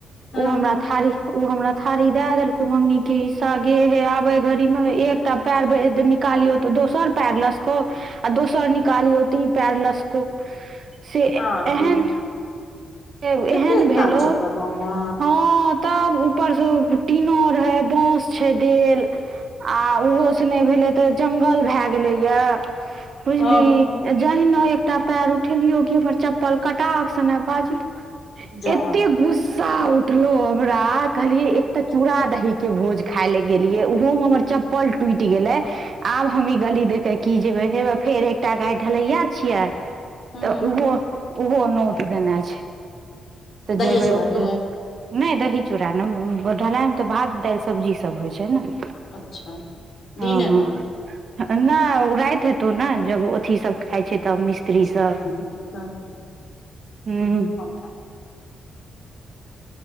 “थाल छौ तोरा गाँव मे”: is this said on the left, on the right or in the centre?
Left